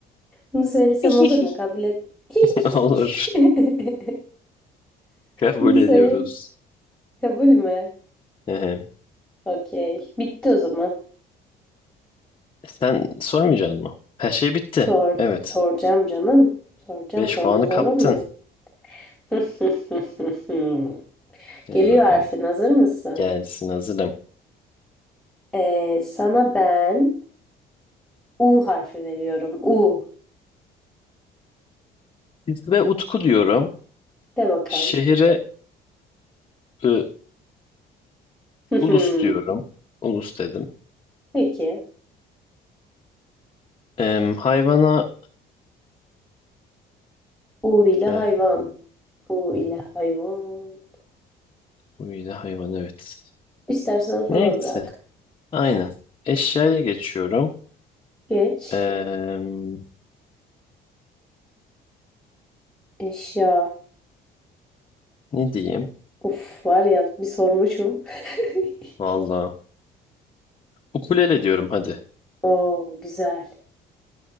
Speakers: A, in the centre; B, on the left (about 30°).
A: Bunu söylesem
B: <laughs>
A: olur mu? Kabul et. <laughs>
B: <laughs> Olur. <laughs> Kabul
A: Bunu söyle.
B: ediyoruz.
A: Kabul mü?
B: Ehe.
A: Okey. Bitti o zaman.
B: Sen sormayacaksın mı? Her şey bitti.
A: Sor,
B: Evet.
A: soracağım canım. Soracağım.
B: 5
A: Sormaz
B: puanı kaptın.
A: olur muyum? <laughs>
B: Hadi
A: Geliyor
B: bakalım.
A: harfin. Hazır mısın?
B: Gelsin hazırım.
A: Ee, sana ben U harfi veriyorum. U.
B: Ve Utku diyorum.
A: De bakalım.
B: Şehire e,
A: <laughs>
B: Ulus diyorum. Ulus dedim.
A: Peki.
B: Em, hayvana
A: U ile
B: e,
A: hayvan. U ile hayvan.
B: huyla hayvan evet.
A: İstersen sona
B: Neyse.
A: bırak.
B: Aynen. Eşyaya geçiyorum.
A: Geç.
B: Em,
A: Eşya.
B: ne diyeyim?
A: Uf var ya bir sormuşum. <laughs>
B: Valla. Ukulele diyorum hadi.
A: Oo güzel.